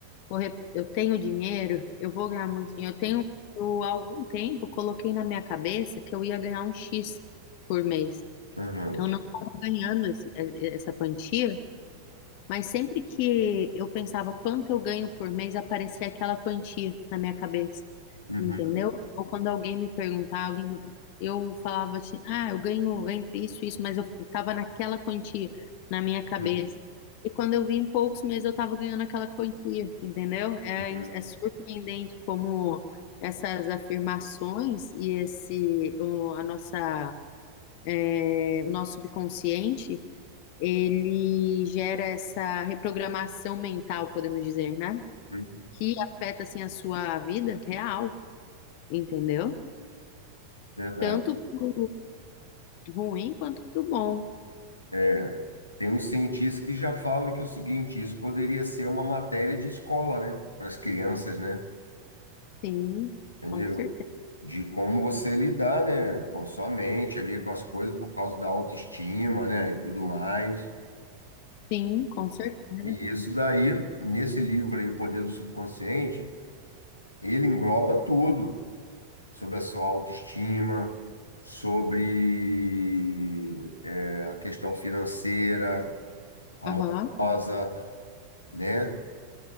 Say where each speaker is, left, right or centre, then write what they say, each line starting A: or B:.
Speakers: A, on the left (about 45°); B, on the left (about 80°).
A: vou re- eu tenho dinheiro, eu vou ganhar muito dinheiro. Eu tenho, eu, há algum tempo, coloquei na minha cabeça que eu ia ganhar um X por mês.
B: Uhum.
A: Eu não estava ganhando essa quantia, mas sempre que eu pensava quanto eu ganho por mês, aparecia aquela quantia na minha cabeça,
B: Uhum.
A: entendeu? Ou quando alguém me perguntava, alguém, eu falava assim, ah, eu ganho entre isso e isso, mas eu tava naquela quantia na minha cabeça.
B: Uhum.
A: E quando eu vi em poucos meses, eu tava ganhando aquela quantia, entendeu? É,
B: Uhum.
A: é surpreendente como essas afirmações e esse, o, a nossa, é, o nosso subconsciente ele gera essa reprogramação mental, podemos dizer, né?
B: Uhum.
A: Que afeta assim a sua vida real, entendeu?
B: Verdade.
A: Tanto pro ruim quanto pro bom.
B: É, tem uns cientistas que já falam que é o seguinte, isso poderia ser uma matéria de escola, né? Para as crianças, né?
A: Sim,
B: Entendeu?
A: com certeza.
B: De como você lidar, né? Com a sua mente ali, com as coisas, por causa da autoestima, né? E tudo mais.
A: Sim, com certeza.
B: E isso daí, nesse livro aí, O Poder do Subconsciente, ele engloba tudo. sobre a sua autoestima, sobre é, a questão financeira, amorosa,
A: Aham.
B: né?